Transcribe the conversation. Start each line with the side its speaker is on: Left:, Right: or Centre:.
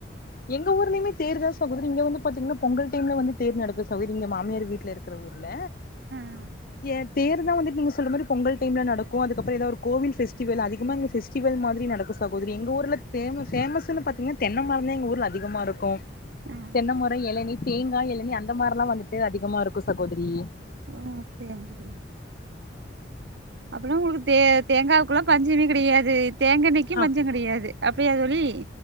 Left: எங்க ஊர்லயுமே தேர்தா சகோதரி இங்க வந்து பாத்தீங்னா பொங்கல் டைம்ல வந்து தேர் நடக்கு சகோதரி இங்க மாமியார் வீட்ல இருக்ற ஊ ர்ல
Right: ஆ
Left: ஏ தேர்தா வந்துட்டு நீங்க சொல்றமாரி பொங்கல் டைம்ல நடக்கு அதுக்கப்றோ எதா ஒரு கோவில் ஃபெஸ்டிவல் அதிகமா இங்க ஃபெஸ் டிவல் மாரி நடக்கு சகோதரி எங்க ஊர்ல ஃபேம ஃபேமஸ்னு பாத்திங்கனா தென்ன மரம்ந்தா எங்க ஊர் கள் அதிகமா இருக்கு
Right: ஆ
Left: தென்னைமர எளநீ தேங்கா எளநீ அந்த மாரிலா வந்துட்டு அதிகமா இருக்கு சகோதரி
Right: ஓ அப்டியாங்க தோழி அப்பல்லா உங்களுக்கு தே தேங்காவுக்குல்லா பஞ்சமே கெடையாது தேங்காண்ணய்க்கு
Left: ஆ
Right: பஞ்சம் கிடையாது அப்டியா தோழி